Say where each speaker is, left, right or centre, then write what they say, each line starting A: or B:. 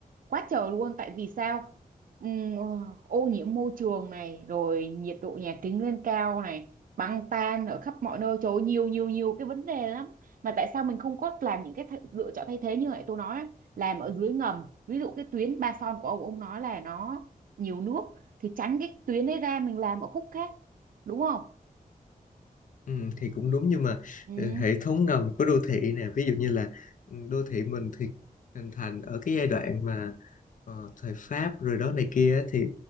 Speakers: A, on the right; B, on the left.
A: quá trời luôn tại vì sao Ừm, ờ, ô nhiễm môi trường này rồi nhiệt độ nhà kính lên cao này băng tan ở khắp mọi nơi trời ơi, nhiều nhiều nhiều cái vấn đề lắm mà tại sao mình không có làm những cái thay- lựa chọn thay thế như vậy tôi nói á, làm ở dưới ngầm ví dụ cái tuyến Ba Son của ông ông nói là nó nhiều nước thì tránh cái tuyến đấy ra mình làm ở khúc khác đúng không
B: Ừ, thì cũng đúng nhưng mà
A: ừ.
B: ừ, hệ thống ngầm của đô thị nè ví dụ như là ừ, đô thị mình thì hình thành ở cái giai đoạn mà ờ, thời Pháp rồi đó này kia á, thì